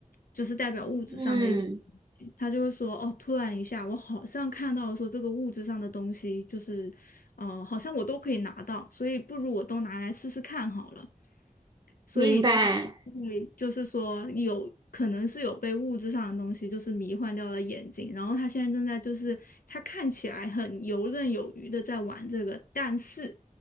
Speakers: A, on the left; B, on the right.
A: 就是代表物质上的一些东西。
B: 嗯，
A: 他就会说，哦，突然一下，我好像看到说这个物质上的东西，就是，呃，好像我都可以拿到，所以不如我都拿来试试看好了。所以他会就是说有可能是有被物质上的东西就是迷幻掉了眼睛，
B: 明白。
A: 然后他现在正在就是他看起来很游刃有余的在玩这个，但是